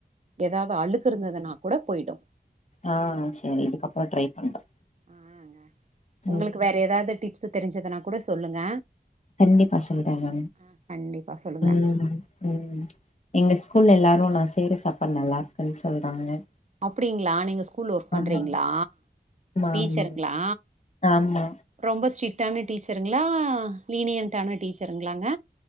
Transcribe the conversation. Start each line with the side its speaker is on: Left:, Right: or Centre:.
Right: எதாவது அழுக்கு இருந்ததுனா கூட போய்டு
Left: ஆஹ் சேரி இதுக்கப்புற ட்ரை பண்றே
Right: ஆ உங்களுக்கு
Left: ம்
Right: வேற ஏதாவது டிப்ஸ் தெரிஞ்சதுனா கூட சொல்லுங்க
Left: கண்டிப்பா சொல்றேங்க
Right: ஆ கண்டிப்பா சொல்லுங்க
Left: ம் ம் எங்க ஸ்கூல்ல எல்லாரு நா செய்ற சாப்பாடு நல்லா இருக்குன்னு சொல்றாங்க
Right: அப்டிங்களா நீங்க ஸ்கூல் ஒர்க் பண்றீங்களா
Left: ஆமா ஆமா
Right: டீச்சருங்களா
Left: ஆமா ஆமா
Right: ரொம்ப ஸ்ட்ரிட்டான டீச்சருங்களா லீனியன்டானா டீச்சருங்களாங்க